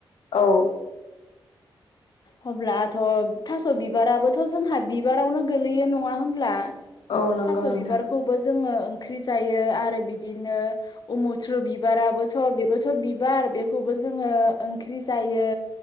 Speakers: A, on the left; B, on the left.
A: औ। <inaudible>
B: होब्लाथ' थास' बिबाराबोथ' जोंहा बिबारावनो गोगलैयो नङा होमब्ला?
A: औ नंगौ
B: थास'
A: नोंथां
B: बिबारखौबो जोङो ओंख्रि जायो आरो बिदिनो अ मुथ्रु बिबाराबोथ' बेबोथ' बिबार बेखौबो जोङो ओंख्रि जायो।